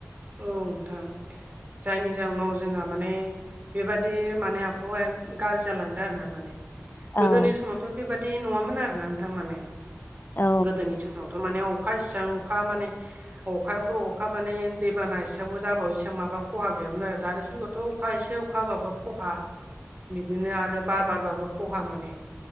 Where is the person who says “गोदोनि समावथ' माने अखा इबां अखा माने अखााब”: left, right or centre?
Right